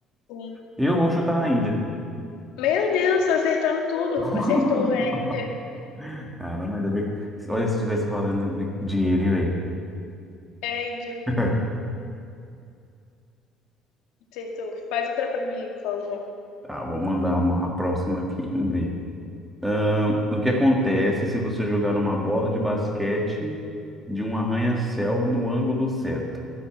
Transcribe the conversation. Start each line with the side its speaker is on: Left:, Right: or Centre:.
Left: Sim.
Centre: eu vou chutar a Índia.
Left: Meu Deus, tá acertando tudo.
Centre: <laughs>
Left: Acertou, é Índia.
Centre: Caramba, ainda bem que... Olha, se tivesse valendo de- dinheiro, hein,
Left: É Índia.
Centre: velho? <laughs>
Left: Se tu faz outra pra mim, por favor.
Centre: Tá, vou mandar uma, a próxima aqui, vamos ver. Ahn, O que acontece se você jogar uma bola de basquete de um arranha-céu no ângulo certo?